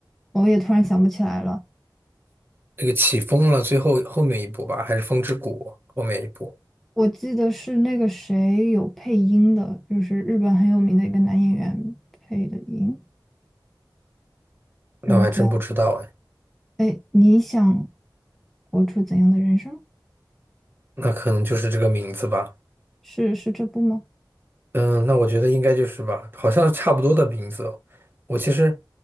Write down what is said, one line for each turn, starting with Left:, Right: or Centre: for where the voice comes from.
Centre: 我也突然想不起来了，
Right: 这个起风了，最后后面一部吧，还是风之谷后面一部？
Centre: 我记得是那个谁有配音的，就是日本很有名的一个男演员配的音，
Right: 那我还真不知道哎，
Centre: 嗯，叫哎，你想活出怎样的人生？
Right: 那可能就是这个名字吧。
Centre: 是是这部吗？
Right: 嗯，那我觉得应该就是吧，好像差不多的名字哦。我其实